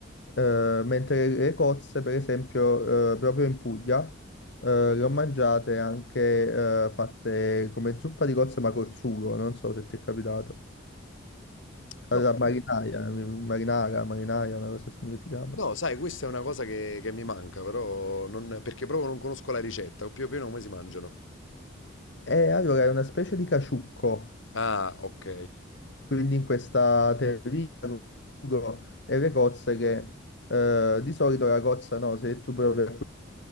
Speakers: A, on the left; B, on the left.
A: Eh, mentre le cozze, per esempio, eh, proprio in Puglia, eh, le ho mangiate anche eh, fatte come zuppa di cozze, ma col sugo, non so se ti è capitato.
B: No,
A: Allora,
B: io-
A: marinaia, marinara, marinaia, una cosa simile si chiama.
B: no, sai, questa è una cosa che, che mi manca, però non- perché proprio non conosco la ricetta, o più o meno come si mangiano.
A: E allora è una specie di caciucco
B: Ah, ok.
A: Quindi in questa teoria con Ugo e le cozze che eh, di solito la cozza no, se tu provi a